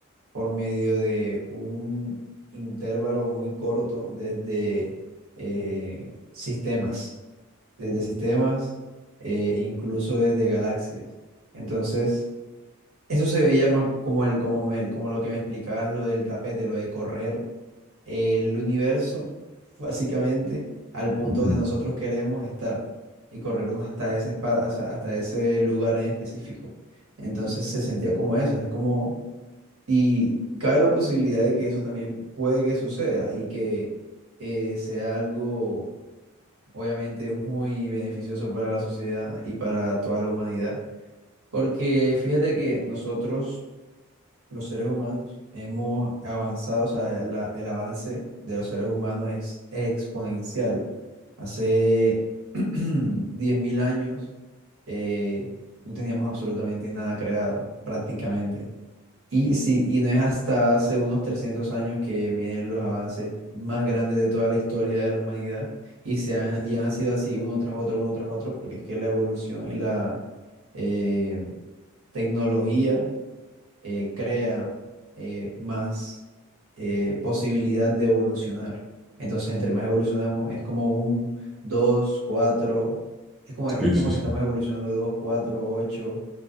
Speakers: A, on the right; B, in the centre.
A: por medio de un intervalo muy corto desde eh, sistemas, desde sistemas, eh, incluso desde galaxias. Entonces... Eso se veía más como el, como me- como lo que me explicabas, lo del tapete, lo de correr el universo, básicamente, al punto
B: Ujú.
A: donde nosotros queremos estar y corrernos hasta ese espa- hasta, hasta ese lugar en específico. Entonces se sentía como eso, es como, y cabe la posibilidad de que eso también puede que suceda y que eh, sea algo, obviamente, muy beneficioso para la sociedad y para toda la humanidad. Porque fíjate que nosotros los seres humanos hemos avanzado, o sea, la- el avance de los seres humanos es exponencial. Hace <clears throat> 10.000 años eh, no teníamos absolutamente nada creado, prácticamente. Y, sí, y no es hasta hace unos 300 años que vienen los avances más grandes de toda la historia de la humanidad y, se han, y han sido así uno tras otro, uno tras otro, porque es que la evolución y la eh, tecnología eh, crea eh, más eh, posibilidad de evolucionar. Entonces, entre más evolucionamos, es como un 2 4 es como, es
B: Sí,
A: como
B: sí,
A: que
B: sí.
A: estamos evolucionando 2 4 8